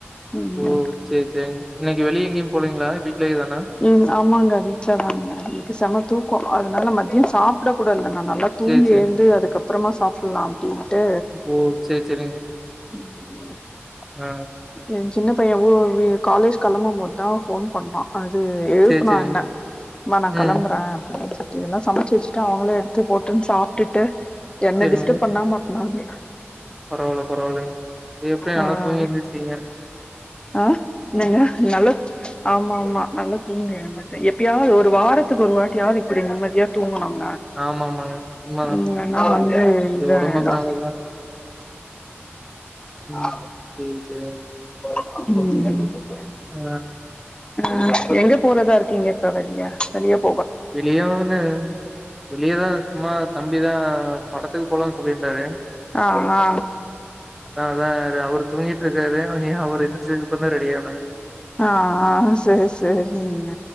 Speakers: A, on the left; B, in the centre.
A: ம்
B: ஓ செரி செரி இன்னைக்கு வெளிய எங்கேயும் போலீங்களா வீட்லயே தானா
A: ம் ஆமாங்க வீட்ல தா இன்னைக்கு செம தூக்கம் அதனால மத்தியம் சாப்பிட கூட இல்ல நானு நல்லா தூங்கி
B: சேரி சேரிங்க
A: ஏழுந்து அதுக்கப் அப்றேமா சாப்பிடலாம் கட்டு
B: ஓ சேரி சேரிங்க
A: உ
B: ஆ
A: எ சின்ன பையன் உ ஆ காலேஜ் கிளம்பும்போது தா ஃபோன் பண்ணா அது எழுப்புனா
B: சேரி சேரிங்க.
A: என்ன மா நா
B: ம்
A: களம்புறே அப்படின்னு சொல்லி ஏன்னா சமைச்சு வச்சுட்டு அவங்கள எடுத்து போட்டுன்னு சாப்ட்டுட்டு என்ன
B: சேரிங்க.
A: டிஸ்டர்பப் பண்ணாம பாப்பே
B: பரவால்ல பரவாலிங்க எப்பயோ நல்லா
A: ஆ
B: தூங்கியெந்திச்சிடீங்க
A: ஆ என்னங்க நல்லது ஆமா மா நல்லா தூங்கி எழுந்துட்டே எப்பயாவது ஒரு வாரத்துக்கு ஒரு வாட்டியாவது இப்படி நிம்மதியா தூங்கணு
B: ஆமா ஆமாங்க. உண்மதான்.
A: இன்னா வந்து
B: அது
A: இத
B: ஒடம்புக்கும்
A: ஆயிடு
B: நல்லதுதான். ம்.
A: ஆ
B: சேரி சேரிங்க.
A: உம்
B: ஆ
A: ம எங்க போறதா இருக்கீங்க இப்ப வெளிய வெளியப்
B: வெளியோன்னு வெளியே இருக்குமா தம்பிதா படத்துக்கு போனுனு சொ அப்டின்னாறு
A: ஆ ஆ
B: அதா அவரு தூங்கி இருக்கிராரு நீ அவரு ட்ரிப்ஸ் ஏறுணகப்புரம் ரெடியானே
A: ஆ ஆ சேரி சேரிங்க